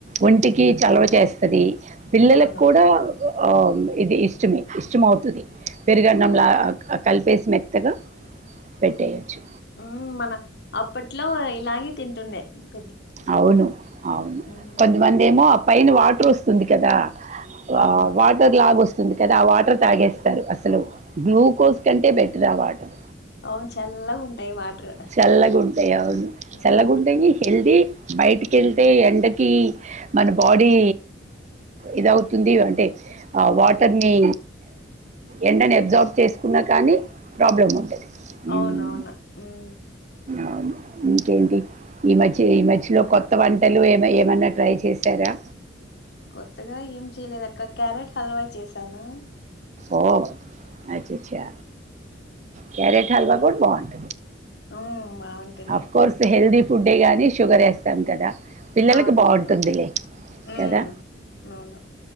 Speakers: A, on the right; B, on the left.
A: ఒంటికి చలవ చేస్తది పిల్లలకు
B: అవును
A: కూడా ఓం ఇది ఇష్టమే ఇష్టంమవుతది పెరుగన్నం
B: అవును
A: లాగ కలిపేసి మెత్తగా పెట్టేయొచ్చు
B: ఉ మన అప్పట్లో ఇలాగే తింటుండే <inaudible>
A: అవును అవును
B: ఉమ్
A: కొంతమంది ఏమో ఆ పైన వాడు చూస్తుంది కదా
B: అవునవును
A: ఆ వాటర్లాగస్త ఉంది కదా ఆ వాటర్ తాగేస్తారు అసలు గ్లూకోజ్ కంటే బెటర్ ఆ వాటర్
B: అవును చల్లగా ఉంటాయి వాటర్
A: చల్ల గుంటయావను
B: అవును
A: చల్ల గుంటగి హెల్ది బయటికి
B: ఉమ్
A: వెళ్తే ఎండకి మన బాడీ ఇదవుతుంది అంటే వాటర్ ని ఎండని అబ్జార్బ్ చేసుకున్నా కానీ ప్రాబ్లం ఉంటది హ్మ్.
B: అవునవును ఉం
A: అవును. ఇంకేంటి ఈ మధ్య ఈ మధ్య కొత్త వంటలు ఏమ ఏమన్నా ట్రై చేస్తారా
B: కొత్తగా ఏం చేయలేదు అక్క క్యారెట్ హల్వా చేసాను
A: ఓ అచ్చ అచ్చ క్యారెట్ హల్వా కుడా బావ్
B: ఉమ్ బాగుంటుంది
A: అఫ్ కోర్స్ హెల్ది ఫుడ్డే కానీ షుగర్ వేస్తాం కదా పిల్లలకి
B: అవునవును
A: బాగుంటుందిలే
B: ఉమ్
A: కదా
B: అవును